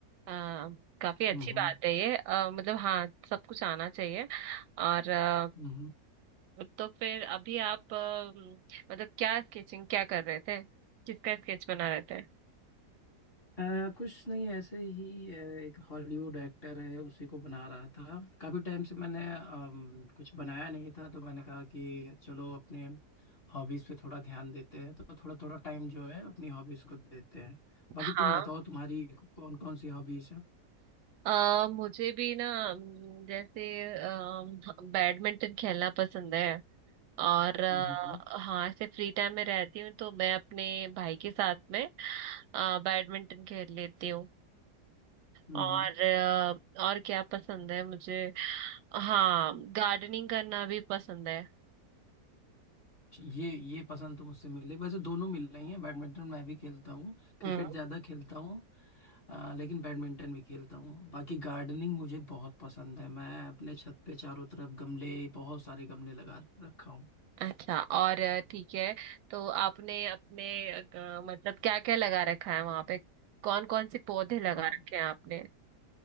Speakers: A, on the right; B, on the left.
A: आ, काफी अच्छी
B: हम्म
A: बात है ये अ, मतलब हाँ सब कुछ आना चाहिए और अ,
B: हम्म
A: तो फिर अभी आप अ, मतलब क्या स्केचिंग क्या कर रहे थे किसका स्केच बना रहे थे
B: अ, कुछ नहीं ऐसे ही अ, एक हॉलीवुड एक्टर है उसी को बना रहा था काफी टाइम से मैंने अम, कुछ बनाया नहीं था तो मैंने कहा कि चलो अपने हॉबीज पे थोड़ा ध्यान देते हैं तो थोड़ा थोड़ा टाइम जो है अपनी हॉबीज को देते हैं बाकी
A: हाँ
B: तुम बताओ तुम्हारी कौन कौन सी हॉबीज है
A: आ, मुझे भी ना अम, जैसे अम, बैडमिंटन खेलना पसंद है और अ,
B: हम्म
A: हाँ ऐसे फ्री टाइम में रहती हूँ तो मैं अपने भाई के साथ में अ, बैडमिंटन खेल लेती हूँ
B: हम्म
A: और अ, और क्या पसंद है मुझे हाँ गार्डनिंग करना भी पसंद है
B: ये ये पसंद तो मुझसे मिले वैसे दोनों मिल रही है बैडमिंटन मैं भी खेलता हूँ क्रिकेट
A: हम्म
B: ज्यादा खेलता हूँ अ, लेकिन बैडमिंटन भी खेलता हूँ बाकी गार्डनिंग मुझे बहुत पसंद है मैं अपने छत पे चारों तरफ गमले बहुत सारे गमले लगा रखा हूँ
A: अच्छा और अ, ठीक है तो आपने अपने अ, मतलब क्या क्या लगा रखा है वहां पे कौन कौन से पौधे लगा
B: अ,
A: रखे हैं आपने